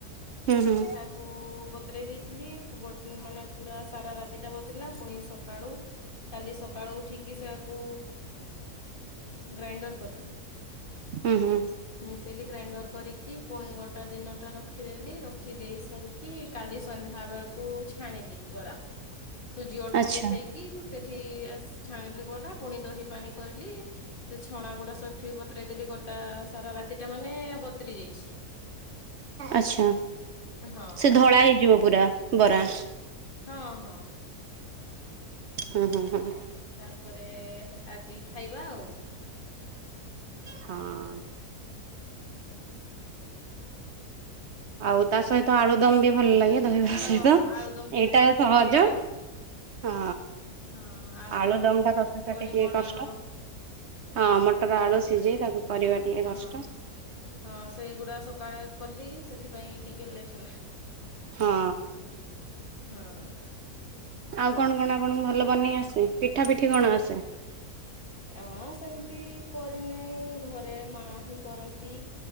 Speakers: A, on the right; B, on the left.
A: ହୁଁ ହୁଁ
B: ଛାକୁ ବତୁରେଇ ଦେଇଥିଲି ମାନେ ପୁରା ସାରା ରାତିଟା ବତରିଲା ପୁଣି ସକାଳ ସକାଳୁ କାଲି ସକାଳୁ ଉଠିକି ସେଆକୁ ଗ୍ରାଇଣ୍ଡର କଲି,
A: ହୁଁ ହୁଁ
B: ମିଶେଇଲି ଗ୍ରାଇଣ୍ଡର କରିକି ପୁଣି ଗୋଟେ ଟା ଦିନଟା ରଖିଦେଲି, ରଖି ଦେଇ ସାରିକି କାଲି ସନ୍ଧ୍ୟା ବେଳକୁ ଛାଣିଲି ବରା। ସୁଜି ଅଳ୍ପ
A: ଆଚ୍ଛା
B: ମିଶେଇକି ସେଠି ଛାଣିଲି ବରା। ପୁଣି ଦହି ପାଣି କରିଲି। ସେ ଛଣା ଗୁଡା ସେଠି ବତୁରେଇ ଦେଲି। ଗୋଟା ସାରା ରାତି ଟା ମାନେ ବତୁରି ଯାଇଛି।
A: ଆଛା
B: ହଁ
A: ସେ ଧଳା ହେଇଯିବ ପୁରା ବରା
B: ହଁ ହଁ।
A: ହୁଁ ହୁଁ ହୁଁ।
B: ତାପରେ ଆଜି ଖାଇବା ଆଉ
A: ହଁ।
B: ହୁଁ।
A: ଆଉ ତା ସହିତ ଆଳୁଦମ୍ ବି ଭଲ ଲାଗେ। ଦହିବରା
B: ହଁ
A: ସହିତ
B: ହଁ ଆଳୁଦମ ବି
A: ଏଇଟା
B: କଲି
A: ସହଜ।
B: ସକାଳୁ
A: ହଁ
B: ହଁ ଆଳୁଦମ
A: ଆଳୁଦମ୍ ଟା <unintelligible>
B: ପୁଣି
A: ଟିକେ
B: ମଟର
A: କଷ୍ଟ। ହଁ ମଟର ଆଳୁ ସିଝେଇ ତାକୁ କରିବା ଟିକେ କଷ୍ଟ।
B: ହଁ ହଁ ସେଇଗୁଡା ସକାଳେ କଲି। ସେଥିପାଇଁ ଟିକେ ଲେଟ୍ ହେଲା।
A: ହଁ
B: ହଁ
A: ଆଉ କଣ କଣ ଆପଣଙ୍କୁ ଭଲ ବନେଇ ଆସେ। ପିଠା ପିଠି କଣ ଆସେ
B: ଆଁ ସେମିତି କରିନାହିଁ ଘରେ ମା ହିଁ କରନ୍ତି।